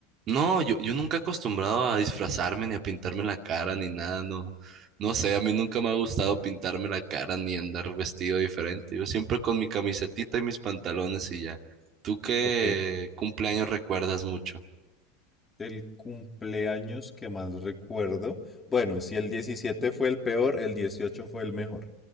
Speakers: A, on the right; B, on the left.
A: No, yo, yo nunca he acostumbrado a disfrazarme ni a pintarme la cara ni nada, no. No sé, a mí nunca me ha gustado pintarme la cara ni andar vestido diferente. Yo siempre con mi camisetita y mis pantalones y ya. ¿Tú qué
B: Ok.
A: cumpleaños recuerdas mucho?
B: El cumpleaños que más recuerdo, bueno, si el 17 fue el peor, el 18 fue el mejor.